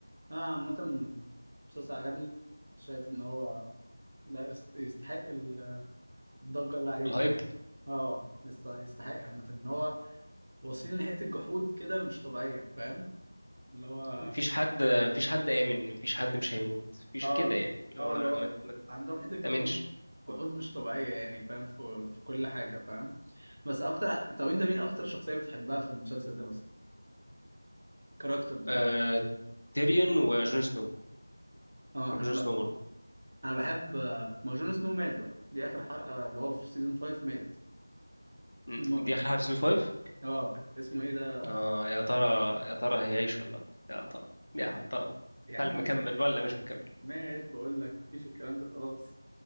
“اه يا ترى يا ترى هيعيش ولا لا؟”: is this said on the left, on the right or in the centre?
Left